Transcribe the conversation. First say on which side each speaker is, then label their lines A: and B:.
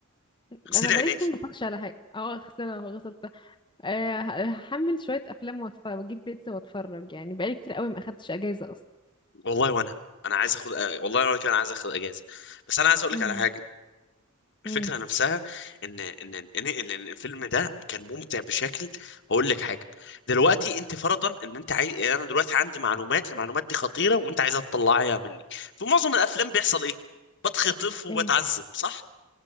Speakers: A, on the left; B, on the left.
A: اغسلي
B: انا بقالي
A: عينيكي
B: كتير ما اتفرجش على حاجه اه خسرها وغسلتها آه ه- هحمل شويه افلام واتفرج واجيب بيتزا واتفرج يعني بقالي كتير قوي ما اخدتش اجازه اصلا
A: والله وانا انا عايز اخد آه، والله وانا كان عايز اخد اجازه بس انا عايز اقول
B: امم
A: لك على حاجه الفكره
B: امم
A: نفسها ان ان ان إن- إن الفيلم ده كان ممتع بشكل هقول لك حاجه دلوقتي انت فرضا ان انت عايز انا دلوقتي عندي معلومات المعلومات دي خطيره وانت عايزها تطلعيها مني في معظم الافلام بيحصل ايه بتخطف وبتعذب
B: ايه
A: صح